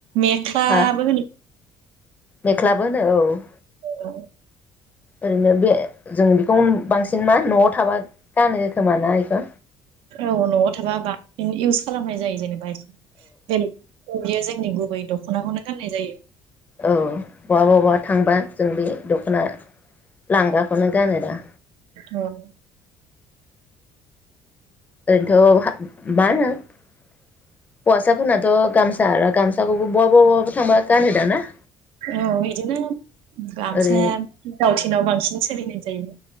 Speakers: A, on the right; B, on the left.
A: मेख्लाबो
B: हा
A: होनो
B: मेख्लाबो होनो औ
A: औ
B: ओरैनो बे जों बेखौ बांसिन मा न'आव थाबा गानो खोमा ना इखौ
A: औ न'आव थाबा बांसिन इउस खालामनाय जायो जेनेबा बेलेग जे जोंनि गुबै दख'नाखौनो गाननाय जायो
B: औ बहबा बबबा थांबा जों बे दख'ना लांगाखौनो गानो दा
A: औ
B: ओरैनोथ' मा होनो हौवासाफोरनाथ' गामसा आरो गामसाखौबो बहाबा बहाबा थांबा गानो दाना ना?
A: औ बिदिनो गामसाया
B: ओरै
A: दावथिनाव बांसिन सोलिनाय जायो